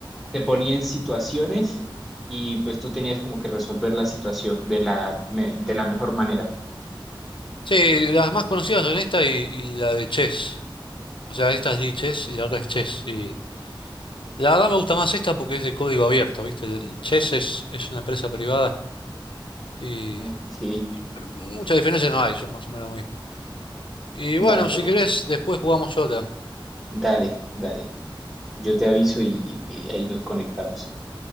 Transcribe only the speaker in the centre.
te ponía en situaciones y pues tú tenías como que resolver la situación de la, me- de la mejor manera.
Ok,
dale,
Tomás.
Dale, dale. Yo te aviso y y- y ahí nos conectamos.